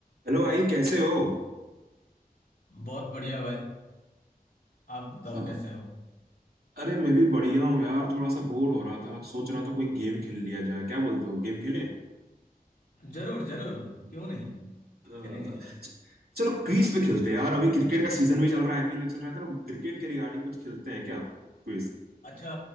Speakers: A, on the right (about 80°); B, on the left (about 75°).
A: हेलो भाई कैसे हो
B: बहुत बढ़िया भाई आप बताओ
A: हाँ,
B: कैसे हो
A: अरे मैं भी बढ़िया हूँ यार थोड़ा सा बोर हो रहा था सोच रहा था कोई गेम खेल लिया जाए क्या बोलते हो गेम खेलें
B: जरूर जरूर क्यों नहीं
A: अ,
B: खेलेंगे जरूर
A: च- चलो
B: कुछ
A: क्विज पे खेलते हैं यार अभी क्रिकेट का सीजन भी चल रहा है आईपीएल भी चल रहा है चलो क्रिकेट के रिगार्डिंग कुछ खेलते हैं क्या क्विज
B: अच्छा